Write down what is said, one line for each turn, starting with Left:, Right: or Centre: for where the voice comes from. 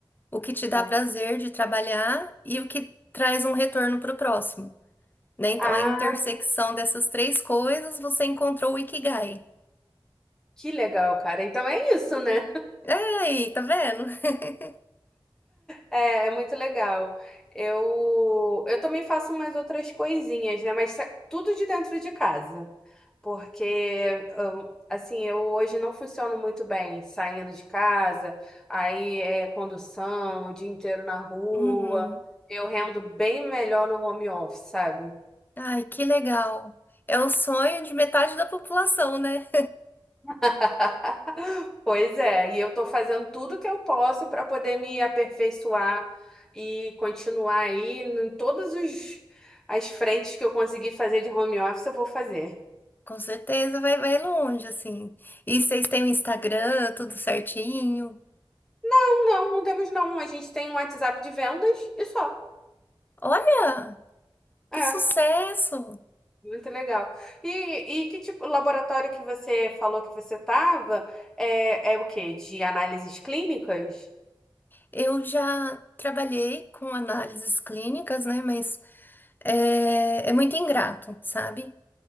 Left: o que te dá
Centre: Ó.
Left: prazer de trabalhar e o que traz um retorno para o próximo. Né? Então,
Centre: Ah,
Left: a intersecção dessas três coisas, você encontrou o Ikigai.
Centre: que legal, cara. Então é isso, né?
Left: Ei, tá vendo? <laughs>
Centre: É, é muito legal. Eu, eu também faço umas outras coisinhas, né? Mas sa- tudo de dentro de casa. Porque, hum, assim, eu hoje não funciono muito bem saindo de casa, aí é condução, o dia inteiro na rua.
Left: Uhum.
Centre: Eu rendo bem melhor no home office, sabe?
Left: Ai, que legal. É o sonho de metade da população, né?
Centre: <laughs> Pois é, e eu estou fazendo tudo que eu posso para poder me aperfeiçoar e continuar aí em todas os, as frentes que eu conseguir fazer de home office, eu vou fazer.
Left: <laughs> Com certeza vai, vai longe, assim. E vocês têm o Instagram, tudo certinho.
Centre: Não, não, não temos não. A gente tem um WhatsApp de vendas e só.
Left: Olha, que
Centre: É,
Left: sucesso!
Centre: muito legal. E, e que tipo, o laboratório que você falou que você estava é, é o quê? De análises clínicas?
Left: Eu já trabalhei com análises clínicas, né? Mas é, é muito ingrato, sabe?